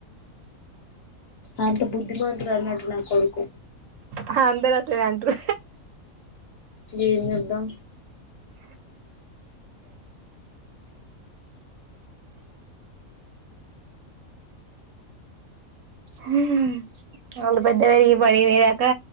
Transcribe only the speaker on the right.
హ అంతే కా టారూ
అ హ్మ్మ్ వాళ్ళు పెద్ద వరి బడికి పోయేదాకా